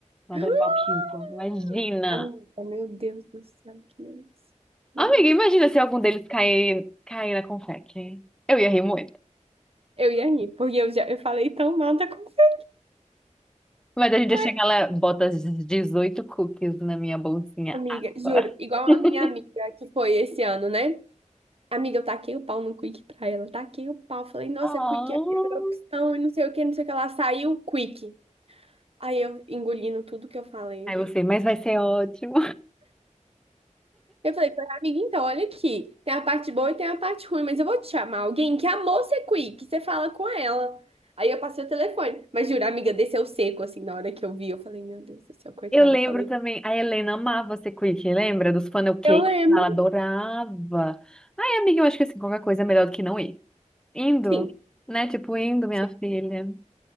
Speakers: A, in the centre; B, on the right.
A: lá
B: <gasps>
A: da Valquíria. Imagina!
B: Ah, Amiga, meu Deus do céu, que delícia. Que
A: Amiga,
B: delícia.
A: imagina se algum deles cair, cair na confeque. Eu ia rir muito.
B: Eu ia rir, porque eu já eu falei tão mal da conversa.
A: Mas a gente
B: Ai,
A: chega lá, bota as 18 cookies na minha bolsinha
B: amiga, juro,
A: agora.
B: igual
A: <laughs>
B: a minha amiga que foi esse ano, né? Amiga, eu taquei o pau no Quick pra ela, taquei o pau. Falei, nossa,
A: Oh.
B: Quick é a pior opção e não sei o que, não sei o que. Ela saiu, Quick. Aí eu engolindo tudo que eu falei,
A: Aí
B: né?
A: você, mas vai ser ótimo.
B: Eu falei, falei, amiga, então, olha aqui, tem a parte boa e tem a parte ruim, mas eu vou te chamar alguém que amou ser quick, você fala com ela. Aí eu passei o telefone, mas juro, a amiga desceu seco, assim, na hora que eu vi, eu falei, meu Deus do céu, coitada,
A: Eu lembro
B: eu falei,
A: também, a Helena amava ser quick, lembra? Dos funnel cakes,
B: eu lembro,
A: ela adorava. Ai, amiga, eu acho que assim, qualquer coisa é melhor do que não ir. Indo,
B: sim,
A: né? Tipo, indo, minha
B: sim,
A: filha.